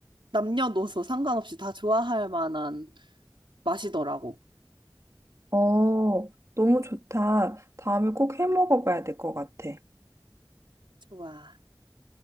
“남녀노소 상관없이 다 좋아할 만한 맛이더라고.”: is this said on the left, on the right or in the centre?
Right